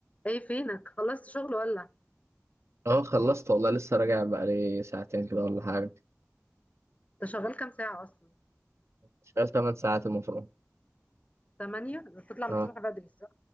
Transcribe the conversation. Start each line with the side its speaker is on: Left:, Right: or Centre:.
Left: ايه فينك خلصت شغل ولا
Right: اه خلصت والله لسه راجع بقالي ساعتين كده ولا حاجة
Left: انت شغال كام ساعة اصلا
Right: شغال 8 ساعات المفروض
Left: تمانية بتطلع من
Right: اه
Left: الصبح بدري صح